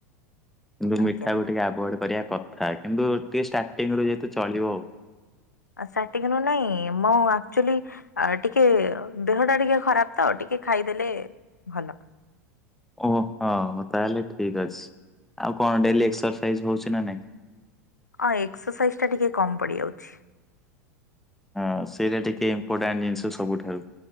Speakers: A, in the centre; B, on the left (about 85°).
A: କିନ୍ତୁ
B: ଆଜ୍ଞା
A: ମିଠା କୁ ଟିକେ ଆଭୋୟଟେ କରିବା କଥା ଥା କିନ୍ତୁ ଟିକେ ଷ୍ଟାର୍ଟିଂ ରୁ ଯେହେତୁ ଚଳିବ ଆଉ।
B: ଆଁ ଷ୍ଟାଟିଙ୍ଗି ନାଇଁ ମୁଁ ଆକ୍ଚୁଆଲି ଆ ଟିକେ ଦେହ ଟା ଟିକେ ଖରାପ ତ ଟିକେ ଖାଇଦେଲେ ଭଲ।
A: ଓ ହୋ ହଁ ତାହେଲେ ଠିକ ଅଛି ଆଉ କଣ ଡେଲି ଏକ୍ସରସାଇଜ ହଉଛି ନାଁ ନାହିଁ।
B: ହଁ ଏକ୍ସରସାଇଜି ଟା ଟିକେ କମ୍ ପଡିଯାଉଛି।
A: ହଁ ସେଇଟା ଟିକେ ଇମ୍ପୋର୍ଟାଣ୍ଟ ଜିନିଷ ସବୁଠାରୁ।